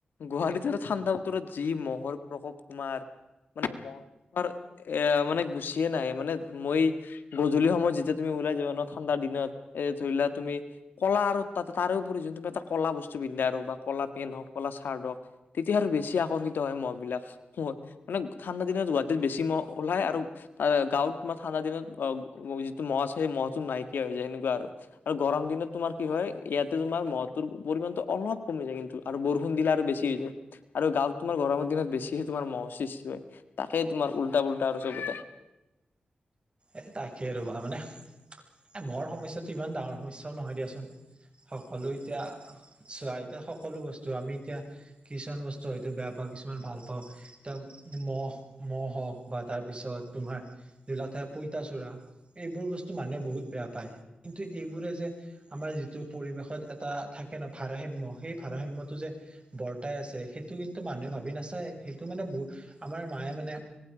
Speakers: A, on the left (about 90°); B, on the right (about 35°).
A: গোৱাহাটী ঠাণ্ডা বতৰত যি মহৰ প্ৰকোপ তোমাৰ মানে মহ- তোমাৰ এ মানে গুচিয়ে নাই মানে মই- গধূলি সময়ত যেতিয়া তুমি ওলাই যাবা ন ঠাণ্ডা দিনত এ ধৰিলা তুমি কলা আৰু তাতে তাৰো- যোন এটা কলা বস্ত পিন্ধে আৰু বা কলা পেন হওক কলা ছাৰ্ট হওঁক। তেতিয়া আৰু বেছি আকৰ্ষিত হয় মহ বিলাক। মানে ঠাণ্ডা দিনত গুৱাহাটীত বেছি মহ ওলাই আৰু- তাৰ গাঁৱত মানে ঠাণ্ডা দিনত যিটো মহ আছে সেই মহটো নাইকিয়া হৈ যায় সেনেকুৱা আৰু। আৰু গৰম দিনত তোমাৰ কি হয় ইয়াত- তোমাৰ মহটোৰ পৰিমানটো অলপ কমি যায় কিন্তু আৰু বৰষুণ দিলে আৰু বেছি হৈ যায়। আৰু গাঁৱত তোমাৰ গৰমৰ দিনত বেছিহে তোমাৰ মহ সৃষ্টি হয় তাকে তোমাৰ উল্টা পল্টা আৰু চবতে।
B: এ তাকে ৰ'বা মানে, এ মহৰ সমস্যাটো ইমান ডাঙৰ সমস্যাও নহয় দিয়াচোন। সকলো এতিয়া চোৱা এতিয়া সকলো বস্তু আমি এতিয়া- কিছুমান বস্তু হয়তো বেয়া পাওঁ, কিছুমান ভাল পাওঁ। এ মহ মহ হওক বা তাৰপিছত তোমাৰ ধিলাঠে পইতাচোৰা। এইবোৰ বস্তু মানুহে বহুত বেয়া পায়, কিন্তু এইবোৰে যে- আমাৰ যিটো পৰিৱেশত এটা থাকে ন ভাৰসাম্যয়, সেই ভাৰসাম্যটো যে- বৰ্তাই আছে, সেইটো কিন্তু মানুহে ভাবি নাচায়। সে- টো মানে বহু, আমাৰ মায়ে মানে